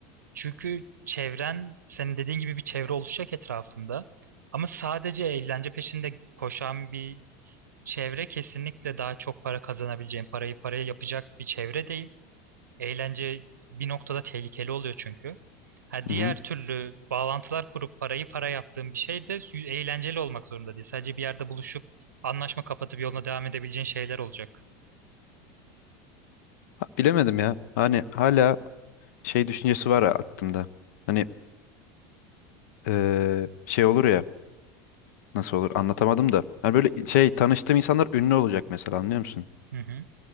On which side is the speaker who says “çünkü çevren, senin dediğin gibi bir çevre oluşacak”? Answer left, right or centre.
Right